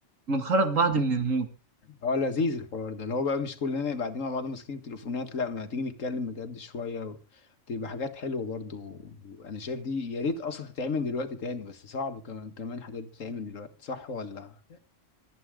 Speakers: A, on the right (about 85°); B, on the left (about 90°).
A: بنخرج بعض من المود
B: اه لذيذ الحوار ده اللي هو بقى مش كلنا يبقى قاعدين مع بعض ماسكين التليفونات لا ما تيجي نتكلم بجد شويه و... تبقى حاجات حلوه برضو انا شايف دي يا ريت اصلا تتعمل دلوقتي تاني بس صعب كمان كمان الحاجات دي تتعمل دلوقتي صح ولا